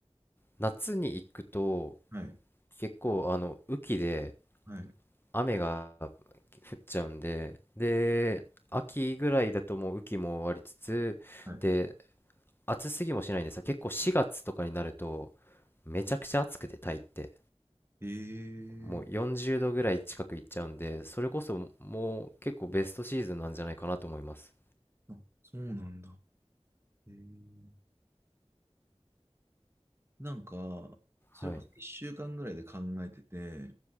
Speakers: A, on the left; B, on the right.
A: 夏に行くと、
B: はい。
A: 結構、あの、雨季で、
B: はい。
A: 雨が降っちゃうんで、で、秋ぐらいだともう雨季も終わりつつ、
B: はい。
A: で、暑すぎもしないんですよ。結構4月とかになると、めちゃくちゃ暑くて、タイって。
B: ええー、
A: もう40度ぐらい近くいっちゃうんで、それこそもう結構ベストシーズンなんじゃないかなと思います。
B: あ、そうなんだ。ええなんか、それこそ1週間ぐらいで考えてて、
A: はい、